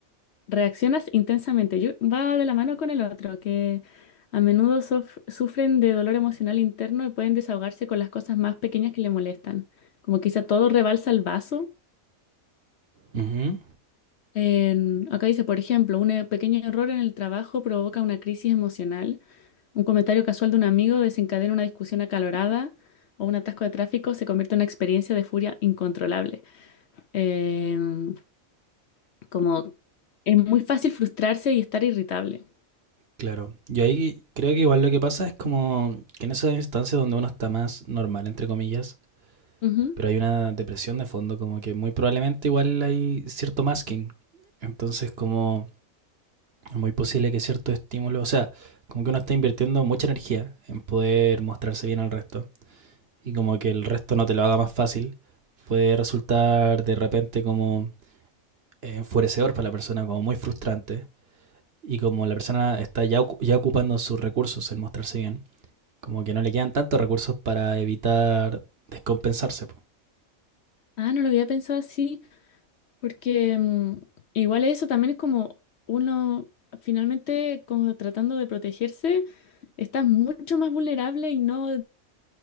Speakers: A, on the left; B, on the right.
A: reaccionas intensamente. Yo- va de la mano con el otro, que a menudo sof- sufren de dolor emocional interno y pueden desahogarse con las cosas más pequeñas que le molestan. Como quizá todo rebalsa el vaso.
B: Ujú,
A: En- acá dice, por ejemplo, un eh, pequeño error en el trabajo provoca una crisis emocional. Un comentario casual de un amigo desencadena una discusión acalorada o un atasco de tráfico se convierte en una experiencia de furia incontrolable. Em, como es muy fácil frustrarse y estar irritable.
B: claro. Yo ahí creo que igual lo que pasa es como que en esas instancias donde uno está más normal, entre comillas,
A: Ujú.
B: pero hay una depresión de fondo, como que muy probablemente igual hay cierto masking. Entonces como es muy posible que ciertos estímulos o sea, como que uno está invirtiendo mucha energía en poder mostrarse bien al resto. y como que el resto no te lo haga más fácil, puede resultar de repente como enfurecedor para la persona, como muy frustrante. Y como la persona está ya, ya ocupando sus recursos en mostrarse bien, como que no le quedan tantos recursos para evitar descompensarse.
A: Ah, no lo había pensado así, porque em, igual eso también es como uno finalmente como tratando de protegerse, estás mucho más vulnerable y no